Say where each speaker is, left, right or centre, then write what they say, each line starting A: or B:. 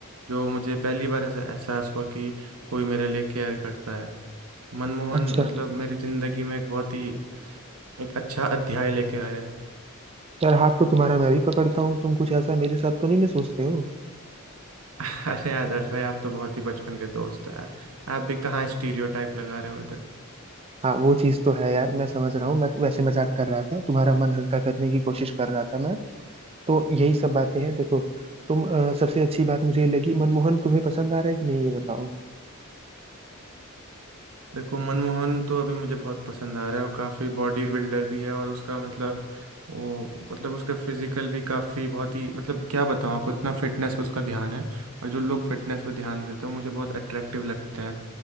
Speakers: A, on the right; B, on the right.
A: जो मुझे पहली बार ऐसा एहसास हुआ कि कोई मेरे लिए केयर करता है मनमोहन
B: अच्छा
A: मतलब मेरी जिंदगी में एक बहुत ही एक अच्छा अध्याय लेके आया है
B: यार हाथ तो तुम्हारा मैं भी पकड़ता हूँ तुम कुछ ऐसा मेरे साथ तो नहीं ना सोचते हो
A: <laughs> अरे आदर्श भाई आप तो बहुत ही बचपन के दोस्त हो यार आप भी कहाँ स्टीरियोटाइप लगा रहे हो
B: हाँ वो चीज़ तो है यार मैं समझ रहा हूँ मैं वैसे मजाक कर रहा था तुम्हारा मन हल्का करने की कोशिश कर रहा था मैं तो यही सब बातें हैं देखो तुम अ, सबसे अच्छी बात मुझे ये लगी मनमोहन तुम्हें पसंद आ रहा है कि नहीं ये बताओ
A: देखो मनमोहन तो अभी मुझे बहुत पसंद आ रहा है और काफ़ी बॉडी बिल्डर भी है और उसका मतलब वो मतलब उसका फिजिकल भी काफ़ी बहुत ही मतलब क्या बताऊँ आपको इतना फिटनेस पे उसका ध्यान है और जो लोग फिटनेस पे ध्यान देते हैं मुझे बहुत अट्रैक्टिव लगते हैं